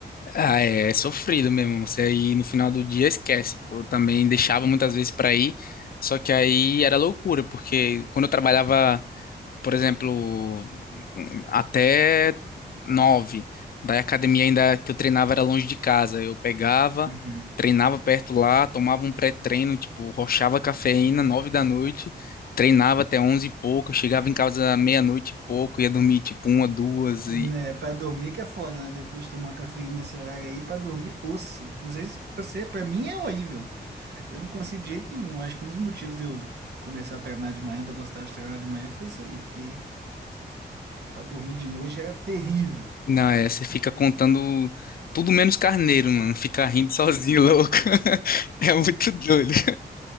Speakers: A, on the left; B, on the right.
A: Ah, é, é sofrido mesmo. Você aí no final do dia esquece. Pô, eu também deixava muitas vezes para ir, só que aí era loucura, porque quando eu trabalhava por exemplo, até nove. Daí a academia ainda que eu treinava era longe de casa. Eu pegava,
B: Uhum.
A: treinava perto lá, tomava um pré-treino, tipo, rochava cafeína, nove da noite, treinava até onze e pouco, chegava em casa meia-noite e pouco, ia dormir tipo uma, duas
B: Né,
A: e...
B: pra dormir que é foda, né? Depois de tomar cafeína nesse horário aí, pra dormir, é osso. Não sei se pra você, pra mim é horrível. Eu não consigo de jeito nenhum. Acho que um dos motivos de eu começar a treinar de manhã, de eu gostar de treinar de manhã, foi isso aí, porque pra dormir de noite era terrível.
A: Não, é, você fica contando tudo menos carneiro, mano. Fica rindo sozinho, louco. <laughs> É muito doido.